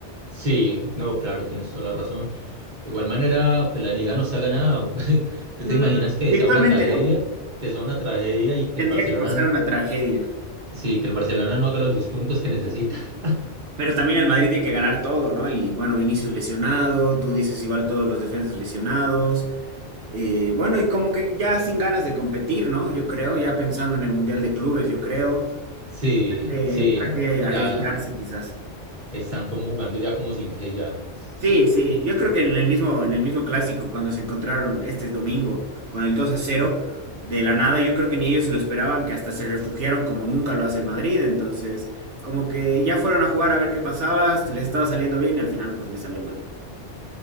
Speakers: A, on the right (about 40°); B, on the right (about 75°).
A: Sí, no, claro, tienes toda la razón. De igual manera, pues la liga nos ha ganado. <laughs> ¿Tú
B: Mm,
A: te imaginas que
B: virtualmente,
A: sea una tragedia?
B: ¿no?
A: Que sea una tragedia y que
B: Tendría
A: el Barcelona,
B: que pasar una tragedia.
A: sí, que el Barcelona no haga los dos puntos que necesita. <laughs>
B: Pero también el Madrid tiene que ganar todo, ¿no? Y bueno, Vinicius lesionado, tú dices igual todos los defensas lesionados. Eh, bueno, y como que ya sin ganas de competir, ¿no? Yo creo, ya pensando en el Mundial de Clubes, yo creo.
A: Sí,
B: Eh,
A: sí,
B: ¿Para qué
A: ya
B: arriesgarse quizás?
A: están como jugando ya como sin fe ya. Sí.
B: Sí, sí, yo creo que en el mismo, en el mismo clásico, cuando se encontraron este domingo con el 2 a cero de la nada, yo creo que ni ellos se lo esperaban, que hasta se refugiaron como nunca lo hace el Madrid, entonces como que ya fueron a jugar a ver qué pasaba, este, les estaba saliendo bien y al final pues les salió mal.